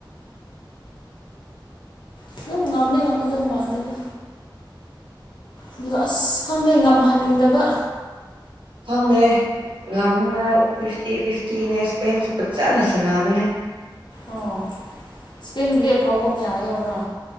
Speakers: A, on the left; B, on the right.
A: ꯑꯗꯨꯝ ꯉꯝꯗꯤ ꯉꯝꯒꯗꯕ ꯃꯥꯥꯡꯂꯤꯗ ꯑꯗꯨ ꯑꯁ ꯈꯪꯗꯦ ꯉꯝꯍꯟꯅꯤꯡꯗꯕ
B: ꯈꯪꯗ꯭ꯔꯦ ꯉꯝꯅꯤꯉꯥꯏ ꯐꯤꯐꯇꯤ ꯐꯤꯐꯇꯤꯅꯦ ꯏꯁꯄꯦꯟꯁꯨ ꯐꯥꯖꯥꯅ ꯁꯥꯟꯅꯕꯅꯦ
A: ꯑꯣ ꯏꯁꯄꯦꯟꯗꯤ ꯑꯐꯥꯎꯕ ꯀꯌꯥ ꯌꯥꯎꯕ꯭ꯔꯥ